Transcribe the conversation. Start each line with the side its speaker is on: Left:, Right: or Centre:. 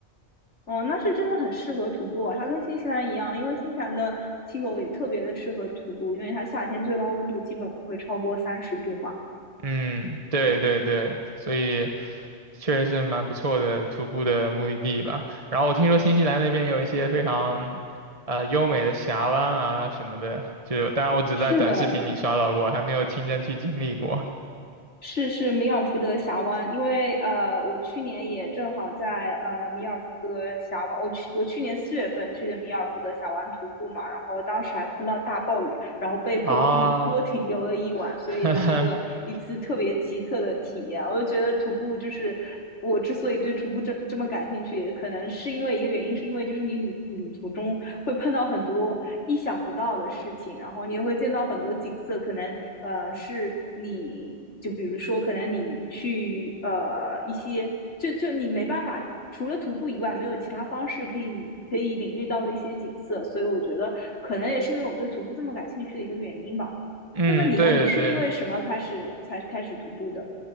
Left: 哦，那是真的很适合徒步啊，它跟新西兰一样，因为新西兰的气候也特别的适合徒步，因为它夏天最高温度基本不会超过三十度嘛。
Right: 嗯，对对对，所以。确实是蛮不错的徒步的目的地吧。然后我听说新西兰那边有一些非常，呃，优美的峡湾啊什么的，就是当然我只在短视频里刷到过，
Left: 是的，
Right: 还没有亲身去经历过
Left: 是是米尔福德峡湾，因为呃，我去年也正好在呃米尔福德峡湾，我去我去年四月份去的米尔福德峡湾徒步嘛，然后当时还碰到大暴雨，然后被迫停多停留了一晚，
Right: 啊。
Left: 所以也是一个一次特别奇特的体验。
Right: <laughs>
Left: 我就觉得徒步就是我之所以对徒步这这么感兴趣，也可能是因为一个原因，是因为就是你旅旅途中会碰到很多意想不到的事情，然后你也会见到很多景色，可能呃是你就比如说，可能你去呃一些就就你没办法。除了徒步以外，没有其他方式可以可以领略到的一些景色，所以我觉得可能也是因为我对徒步这么感兴趣的一个原因吧。
Right: 嗯，
Left: 那么你呢？
Right: 对的对的，
Left: 你是因为什么开始才开始徒步的？